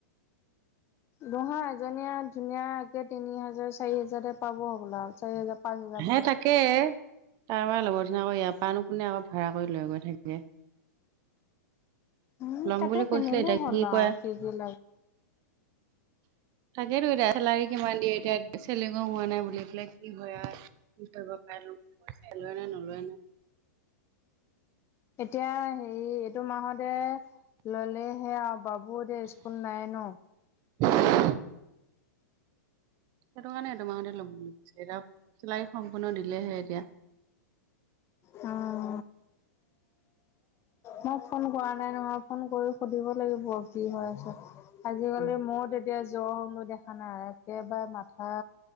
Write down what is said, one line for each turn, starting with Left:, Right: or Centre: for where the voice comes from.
Left: নহয় এজনীয়া ধুনীয়া কে তিনি হোজাৰ চাৰি হাজাৰতে পাব হ'বল, আৰু চাৰি হাজাৰ পাঁচ হাজাৰ
Right: হে
Left: মানত
Right: তাকে তাৰ পৰা লবৰ দিবা, আকৌ ইয়াৰ পৰানো কোনে আকৌ ভাড়া কৰি লৈ গৈ থাকে।
Left: উম
Right: ল'ম
Left: তাতে
Right: বুলি কৈছিলে
Left: কিনিলে
Right: এতিয়া
Left: হ'ল
Right: কি
Left: আও
Right: কৰে?
Left: কি কি লাগে
Right: তাকেতো এতিয়া চেলাৰী কিমান দিয়ে এতিয়া। চলিঙও হোৱা নাই বুলি পেলাই কি হয় আৰু, কি কৰিব পাৰে নো এ লয়েনে নলৱয়েনে।
Left: এতিয়া হেৰি এইটো মা'হতে ল'লে সেয়া বাবু এতিয়া স্কুল নাই ন?
Right: <unintelligible> সেইটো কাৰণে এইটোমা'হতে ল'ম এতিয়া চেলাৰী সম্পূৰ্ণ দিলেহে এতিয়া।
Left: অ'। মই ফোন কৰা নাই নহয়, ফোন কৰি সুধিব লাগিব আৰু কি হৈ আছে। আজিকালি
Right: উম
Left: মই এতিয়া জ্বৰ হ'লো দেখা নাই একেবাৰে মাথা